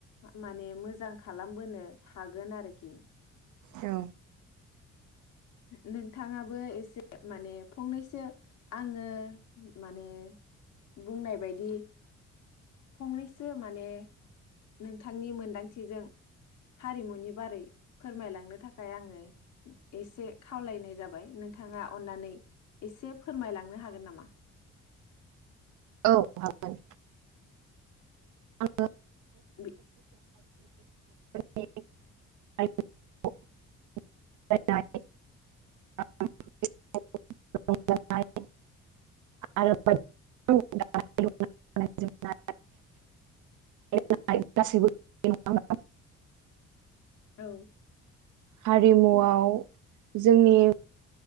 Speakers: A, on the left (about 75°); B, on the right (about 75°).
A: माने मोजां खालामबोनो हागोन आरोखि।
B: औ।
A: नोंथाङाबो एसे माने फंनैसो आङो माने बुंनाय बायदि फंनैसो माने नोंथांनि मोनदांथिजों हारिमुनि बारै फोरमायलांनो थाखाय आङो एसे खावलायनाय जाबाय। नोंथाङा अन्नानै एसे फोरमायलांनो हागोन नामा?
B: औ हागोन। आङो
A: बे
B: <unintelligible> <unintelligible> गासैबो <unintelligible>
A: औ।
B: हारिमुआव जोंनि